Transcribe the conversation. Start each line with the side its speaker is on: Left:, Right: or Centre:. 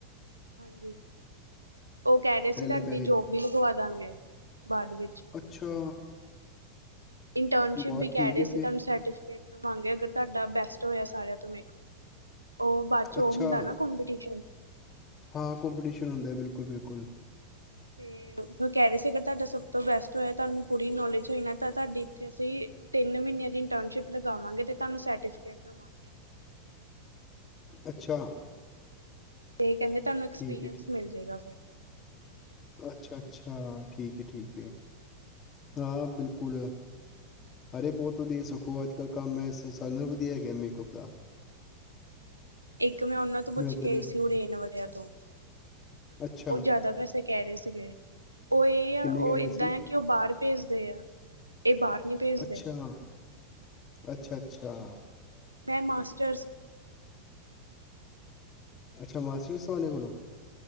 Right: ਹਾਂਜੀ, ਓ ਕੈ ਰਏ ਸੀ
Left: ਪਹਿਲੇ
Right: ਤੁਆਡੀ
Left: ਪੈਸੇ
Right: ਜੋਬ ਵੀ ਲਗਵਾ ਦਾਂਗੇ ਬਾਦ ਵਿੱਚ
Left: ਅੱਛਾ!
Right: ਇੰਟਰਨਸ਼ਿਪ
Left: ਬਹੁਤ
Right: ਵੀ
Left: ਠੀਕ
Right: ਕੈ ਰਏ
Left: ਹੈ
Right: ਸੀ,
Left: ਫਿਰ
Right: ਤੁਆਨੂੰ ਸਰਟੀਫਿਕੇਟ ਦਵਾਂਗੇ ਅਗਰ ਤਾਡਾ ਬੈਸਟ ਹੋਇਆ ਸਾਰਿਆਂ ਤੋਂ ਮੇਕਅਪ ਓ ਬਾਦ ਚ
Left: ਅੱਛਾ
Right: ਓ ਹੁੰਦਾ ਨਾ ਕੋਪੀਟੀਸ਼ਨ
Left: ਹਾਂ ਕੋਂਪੀਟੀਸ਼ਨ ਹੁੰਦਾ ਬਿਲਕੁਲ-ਬਿਲਕੁਲ।
Right: ਤੇ ਫ਼ਿਰ ਕੈ ਰਏ ਸੀ ਅਗਰ ਤਾਡਾ ਸਬ ਤੋਂ ਬੈਸਟ ਹੋਇਆ ਤੁਆਨੂੰ ਪੂਰੀ ਨੌਲੇਜ ਹੋਈ ਨਾ ਤਾਂ ਤੈਡੀ ਇੱਥੇ ਅਸੀਂ ਤਿੰਨ ਮ੍ਹੀਨਿਆਂ ਦੀ ਇੰਟਰਨਸ਼ਿਪ ਲਗਾਵਾਂਗੇ ਤੇ ਤੁਆਨੂੰ ਸਰਟੀਫਿਕੇਟ ਦੇਵਾਂਗੇ।
Left: ਅੱਛਾ!
Right: ਤੇ ਕੈਂਦੇ ਤੁਆਨੂੰ ਐਕਸਪੀਰੀਐਂਸ
Left: ਠੀਕ ਹੈ
Right: ਮਿਲ ਜੇਗਾ ਫੇਰ।
Left: ਅੱਛਾ-ਅੱਛਾ, ਠੀਕ ਐ-ਠੀਕ ਐ। ਹਾਂ ਬਿਲਕੁਲ, ਅਰੇ ਬੋਤ ਵਦੀਆ ਸਕੋ ਆੱਜ-ਕੱਲ ਕੰਮ ਐ ਸਾਰੇ ਨਾਲ ਵਦੀਆ ਹੈਗਾ ਮੇਕਅਪ ਦਾ।
Right: ਇੱਕ ਮੈਂ ਓਨਾਂ ਤੋਂ ਪੁੱਛ
Left: ਹੁਣ ਇੱਧਰ
Right: ਕੇ ਆਈ ਸੀ ਓਰੇੇਨ ਵਾਲਿਆਂ ਤੋਂ
Left: ਅੱਛਾ
Right: ਉਹ ਜਾਦਾ ਪੈ ਕੈ ਰੇ ਸੀਗੇ, ਓ ਏ ਆ
Left: ਕਿੰਨੇ
Right: ਓ
Left: ਕਹਿ
Right: ਏਦਾਂ
Left: ਰਹੇ ਸੀ
Right: ਆ ਕਿ ਓ ਬਾਰ ਪੇਜਦੇ ਆ। ਇਹ ਬਾਹਰ ਨੀ ਭੇਜਦੇ
Left: ਅੱਛਾ! ਅੱਛਾ-ਅੱਛਾ।
Right: ਮੈਂ ਮਾਸਟਰਸ
Left: ਅੱਛਾ! ਮਾਸਟਰਸ ਵਾਲੇ ਕੋਲੋਂ